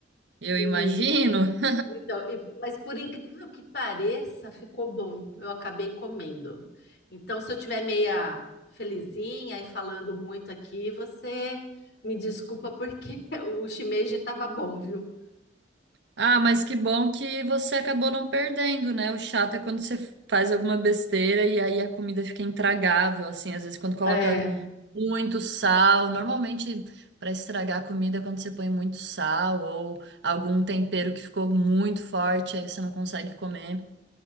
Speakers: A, on the right; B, on the left.
A: eu
B: e
A: imagino. <laughs>
B: Então, e- mas por incrível que pareça, ficou bom. Eu acabei comendo. Então, se eu tiver meia felizinha e falando muito aqui, você me desculpa porque <laughs> o shimeji estava bom, viu?
A: Ah, mas que bom que você acabou não perdendo, né? O chato é quando você faz alguma besteira e aí a comida fica intragável, assim, às vezes quando coloca
B: É,
A: Muito sal. Normalmente, para estragar a comida, é quando você põe muito sal ou algum tempero que ficou muito forte, aí você não consegue comer.